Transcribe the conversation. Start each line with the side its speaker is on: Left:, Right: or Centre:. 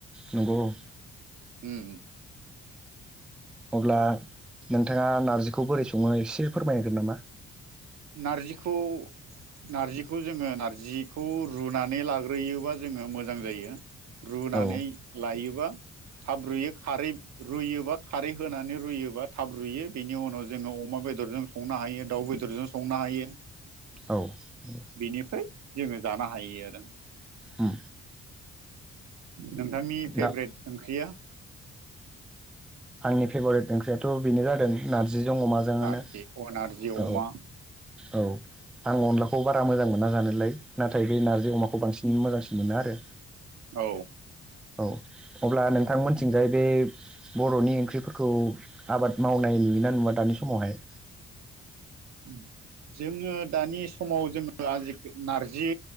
Centre: नंगौ औ।
Right: उम। <inaudible>
Centre: अब्ला नोंथाङा नारजिखौ बोरै सङो एसे फोरमायगोन नामा?
Right: नारजिखौ नारजिखौ जोङो नार्जिखौ रुनानै लाग्रोयोबा जोङो मोजां जायो। रुनानै
Centre: औ
Right: लायोबा थाब रुयो खारै रुयोबा खारै होनानै रुयोबा थाब रुयो बेनि उनाव जोङो अ अमा बेदरजों संनो हायो दाउ बेदरजों संनो हायो।
Centre: औ औ।
Right: बेनिफ्राय जोङो जानो हायो आरो।
Centre: उम।
Right: नोंथांनि फेब्रेट
Centre: दा
Right: ओंख्रिया? <inaudible>
Centre: आंनि फेभरेट ओंख्रियाथ' बेनो जादों नारजि। जों अमाजोङानो
Right: नारजि अ नारजि
Centre: औ।
Right: अमा
Centre: औ आं अनलाखौ बारा मोजां मोना। जानोलाय नाथाय बे नारजि अमाखौ बांसिन मोजांसिन मोनो आरो
Right: औ
Centre: <inaudible> औ। अब्ला नोंथांमोनथिंजाय बे बर'नि ओंख्रिफोरखौ आबाद मावनाय नुयोना नुवा दानि समावहाय।
Right: उम। जोङो दानि समाव <unintelligible> नारजि